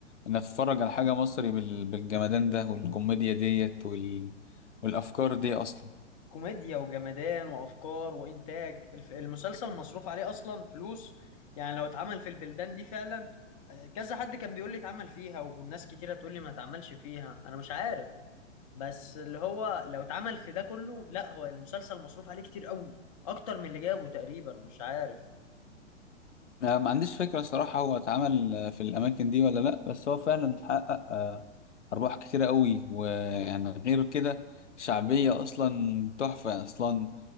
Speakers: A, on the left; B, on the left.
A: ان اتفرج على حاجه مصري بال- بالجمدان ده والكوميديا ديت وال... والافكار دي اصلا
B: كوميديا وجمدان وافكار وانتاج الف- المسلسل مصروف عليه اصلا فلوس يعني لو اتعمل في البلدان دي فعلا آه، كذا حد كان بيقول لي اتعمل فيها والناس كتيرة تقول لي ما اتعملش فيها انا مش عارف بس اللي هو لو اتعمل في ده كله لا هو المسلسل مصروف عليه كتير قوي اكتر من اللي جابه تقريبا مش عارف
A: آه، ما عنديش فكره صراحه هو اتعمل آه، في الاماكن دي ولا لا بس هو فعلا حقق آه، ارباح كتيره قوي ويعني غير كده شعبيه اصلا تحفه اصلا